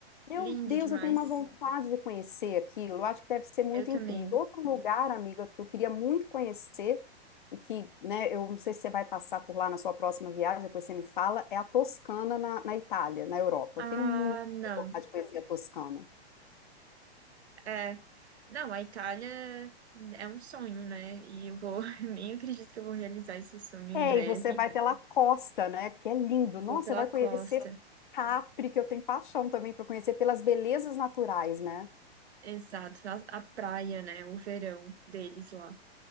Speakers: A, on the left; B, on the right.
A: Meu
B: Lindo
A: Deus,
B: demais.
A: eu tenho uma vontade de conhecer aquilo. Eu acho que deve ser muito
B: Eu também.
A: incrível. Outro lugar, amiga, que eu queria muito conhecer e que, né, eu não sei se você vai passar por lá na sua próxima viagem, depois você me fala, é a Toscana na, na Itália, na Europa.
B: Ah,
A: Eu tenho muita
B: não.
A: vontade de conhecer a Toscana.
B: É. Não, a Itália é um sonho, né? E eu vou, <laughs> nem acredito que eu vou realizar esse sonho em
A: É,
B: breve.
A: e você vai pela costa, né? Que é lindo. Nossa,
B: Vou pela
A: você vai conhecer
B: costa.
A: Capri, que eu tenho paixão também para conhecer pelas belezas naturais, né?
B: Exato, a a praia, né? O verão deles lá.